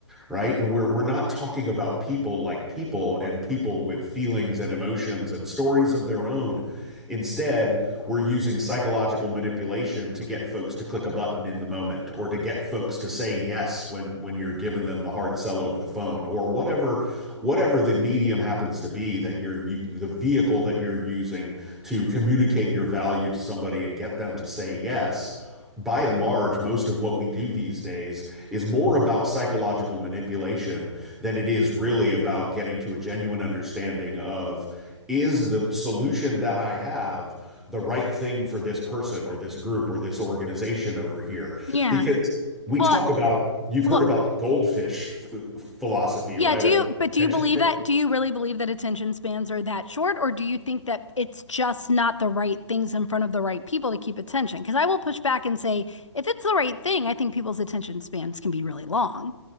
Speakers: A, in the centre; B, on the left (about 75°).
A: right? And we're we're not talking about people like people and people with feelings and emotions and stories of their own. Instead, we're using psychological manipulation to get folks to click a button in the moment or to get folks to say yes when when you're giving them the hard sell over the phone or whatever whatever the medium happens to be that you're the vehicle that you're using to communicate your value to somebody and get them to say yes by and large, most of what we do these days is more about psychological manipulation than it is really about getting to a genuine understanding of is the solution that I have the right thing for this person or this group or this organization over here?
B: Yeah.
A: Because we
B: Well,
A: talk about, you've
B: well,
A: heard about the goldfish th- philosophy,
B: yeah,
A: right?
B: do
A: Of
B: you but do
A: attention
B: you believe
A: span.
B: that? Do you really believe that attention spans are that short or do you think that it's just not the right things in front of the right people to keep attention? Because I will push back and say if it's the right thing, I think people's attention spans can be really long.